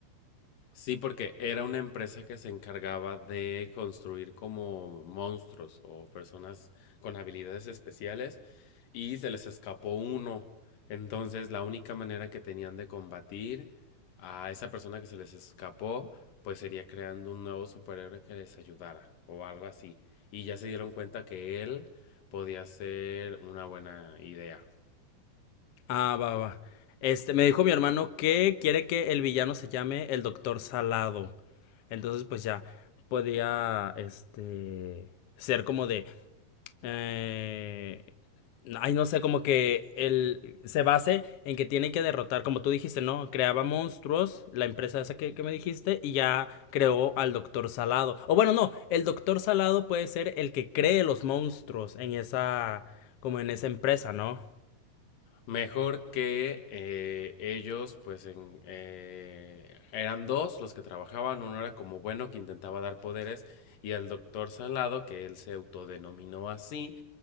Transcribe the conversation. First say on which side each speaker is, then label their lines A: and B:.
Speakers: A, on the left (about 70°); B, on the left (about 80°).
A: Sí, porque era una empresa que se encargaba de construir como monstruos o personas con habilidades especiales y se les escapó uno. Entonces, la única manera que tenían de combatir a esa persona que se les escapó, pues sería creando un nuevo superhéroe que les ayudara o algo así. Y ya se dieron cuenta que él podía ser una buena idea.
B: Ah, va, va. va. Este, me dijo mi hermano que quiere que el villano se llame el Doctor Salado. Entonces, pues ya podía este ser como de Eh, ay, no sé, como que él se base en que tiene que derrotar, como tú dijiste, ¿no? Creaba monstruos, la empresa esa que, que me dijiste, y ya creó al Doctor Salado. O bueno, no, el Doctor Salado puede ser el que cree los monstruos en esa, como en esa empresa, ¿no?
A: Mejor que eh, ellos, pues en, eh, eran dos los que trabajaban, uno era como bueno que intentaba dar poderes y el doctor Salado, que él se autodenominó así,